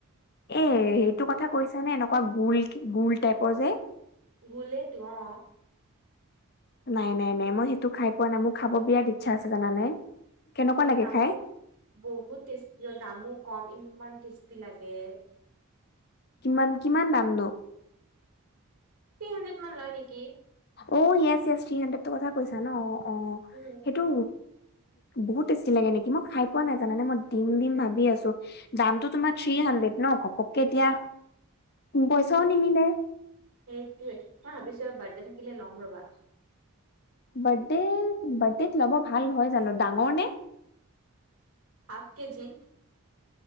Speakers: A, on the left (about 45°); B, on the right (about 75°).
A: এ সেইটো কথা কৈছানে এনেকুৱা গোল গোল টাইপৰ যে
B: গোলেই টো অ
A: নাই নাই নাই মই সেইটো খাই পোৱা নাই মোৰ খাব বিৰাট ইচ্ছা আছে জানানে। কেনেকুৱা লাগে
B: দামো
A: খাই
B: বহুত টেষ্টী দামো। কম ইমান টেষ্টি লাগে
A: কিমান কিমান দাম নো
B: থ্ৰী হানড্ৰেড মান লয় নেকি
A: অ য়েছ য়েছ থ্ৰী হানণ্ড্ৰেডটো কথা কৈছা ন অ অ
B: উম,
A: সেইটো। বহুত টেষ্টি লাগে নেকি মই খাই পোৱা নাই জানানে মই দিম দিম ভাবি আছো দামতটো তোমাৰ থ্ৰী। ড ন ঘপককে এতিয়া পইচাও নিমিলে।
B: সেইটোৱে তই ভাবিছ বাৰ্থডে থাকিলে ল'ম ৰবা।
A: বাৰ্থডে বাৰ্থডেত ল'ব ভাল হয় জানো ডাঙৰ নে।
B: Half KG.